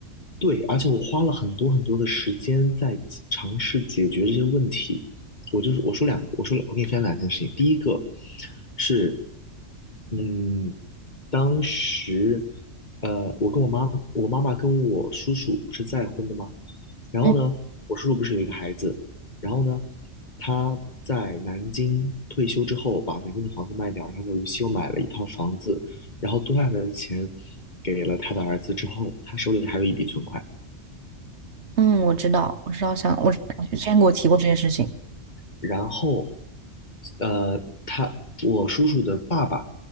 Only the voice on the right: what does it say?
嗯
嗯，我知道，我知道，想我知道你之前给我提过这件事情。